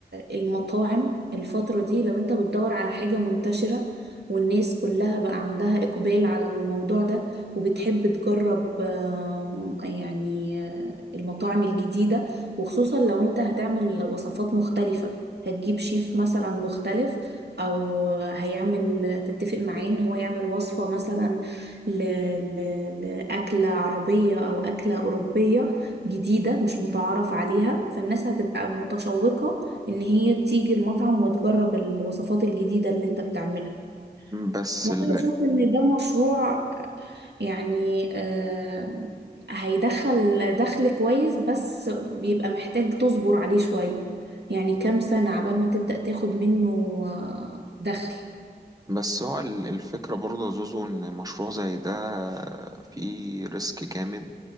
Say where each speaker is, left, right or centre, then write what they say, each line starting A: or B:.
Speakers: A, on the right; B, on the right.
A: المطاعم الفترة دي لو أنت بتدور على حاجة منتشرة والناس كلها بقى عندها إقبال على الموضوع ده وبتحب تجرب آم، يعني آه، المطاعم الجديدة وخصوصا لو أنت هتعمل وصفات مختلفة هتجيب شيف مثلا مختلف أو هيعمل تتفق معاه إن هو يعمل وصفة مثلا ل... ل... لأكلة عربية أو أكلة أوروبية جديدة مش متعارف عليها فالناس هتبقى متشوقة إن هي تيجي المطعم وتجرب الوصفات الجديدة اللي أنت بتعملها
B: بس
A: وأنا
B: ال...
A: بشوف إن ده مشروع يعني آه هيدخل دخل كويس بس بيبقى محتاج تصبر عليه شوية يعني كام سنة عبال ما تبدأ تاخد منه آه، دخل
B: بس هو ال- الفكرة برضه يا زوزو ان مشروع زي ده فيه ريسك جامد